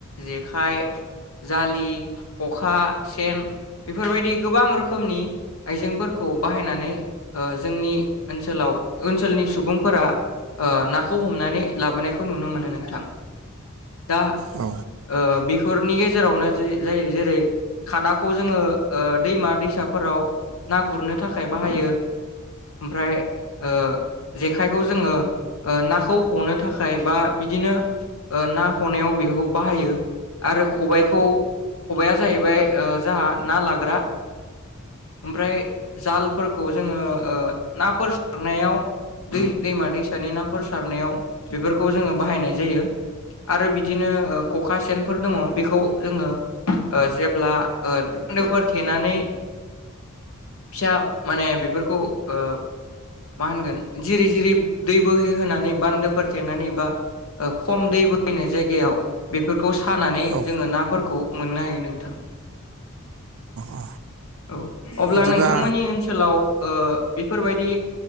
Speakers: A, on the left; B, on the right.
A: जेखाइ जालि ख'खा सेन बेफोरबायदि गोबां रोखोमनि आइजेंफोरखौ बाहायनानै ओ जोंनि ओनसोलाव ओनसोलनि सुबुंफोरा ओ नाखौ हमनानै लाबोनायखौ नुनो मोनो नोंथां दा
B: औ
A: ओ बेहोरनि गेजे जेरावनो जे जा-जायो जेरै खादाखौ जोङो ओ दैमा दैसाफोराव ना गुरनो थाखाय बाहायो ओमफ्राय ओ जेखाय बेखौ जोङो ओ नाखौ हनो थाखाय बा बिदिनो ओ ना हनायाव बेफोरखौ बाहायो आरो खबाइखौ खबाइआ जाहैबाय ओ ना लाग्रा ओमफ्राय जाल फोरखौ जोङो‌ ओ नाफोर सारनायाव दै-दैमा दैसानि नाफोर सारनायाव बेफोरखौ जोङो बाहायनाय जायो आरो बिदिनो ओ ख'खा सेनफोर दङ बेखौ जोङो ओ जेब्ला बान्दोफोर थेनानै फिसा माने बेफोरखौ ओ मा होनगोन जिरि जिरि दै बोहैहोनानै बान्दोफोर थेनानै बा खम दै बोहैनाय जायगायाव बेफो सानानै
B: औ
A: जोङो नाफोरखौ मोननो हायो नोंथां
B: औ
A: औ अब्ला
B: बिदिबा
A: नोंथांमोननि ओनसोलाव ओ बेफोरबायदि